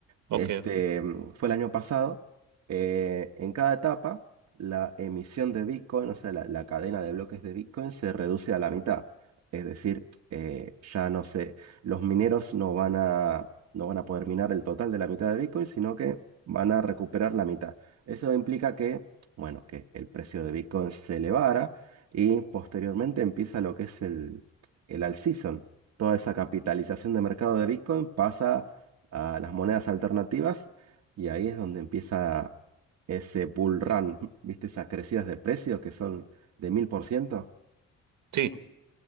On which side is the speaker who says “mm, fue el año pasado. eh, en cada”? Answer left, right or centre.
Right